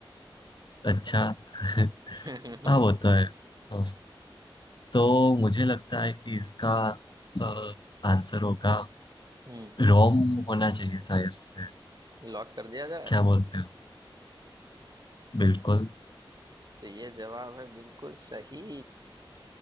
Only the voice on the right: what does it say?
<laughs>
हम्म
लॉक कर दिया जाए
तो ये जवाब है बिल्कुल सही